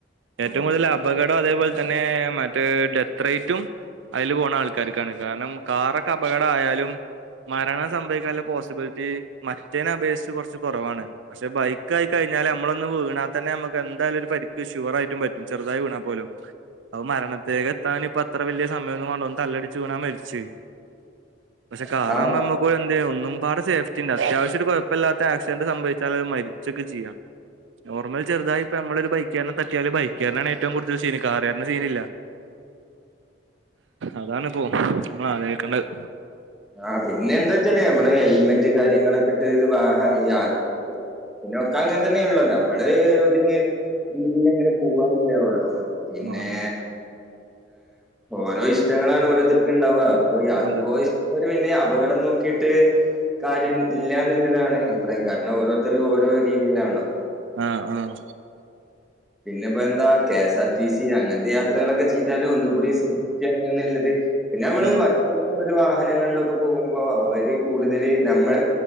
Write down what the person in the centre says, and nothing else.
കഴിയുന്നത്
ആ
ആഹ് പിന്നെ എന്താ വെച്ചാലേ നമ്മള് ഹെൽമെറ്റ് കാര്യങ്ങളൊക്കെ ഇട്ട്ത് വാഹ
യാ പിന്നെ ഒക്ക അങ്ങനെതന്നെയാണല്ലോ, നമ്മള് ഒതുങ്ങി രീതിയിൽ എങ്ങനെ പോവാന്നല്ലേ ഉള്ളൂ പിന്നെ
ഓരോ ഇഷ്ടങ്ങളാണ് ഓരോരുത്തർക്കും ഇണ്ടാവ ഓ യാത്ര
പോയി <unintelligible> പിന്നെ അപകടം നോക്കിയിട്ട് കാര്യം ഇല്ലന്നുള്ളതാണ് അഭിപ്രായം കാരണം ഓരോരുത്തരും ഓരോ രീതിയിലാണല്ലോ
പിന്നെ ഇപ്പോ എന്താ കെഎസ് ആർ ടി സി അങ്ങനത്തെ യാത്രകളൊക്കെ ചെയ്താല് ഒന്നും കൂടി <unintelligible> ഉള്ളത് പിന്നെ നമ്മള്
<unintelligible> ഒരു വാഹനങ്ങളിലൊക്കെ പോകുമ്പോ അവര് കൂടുതല് നമ്മൾ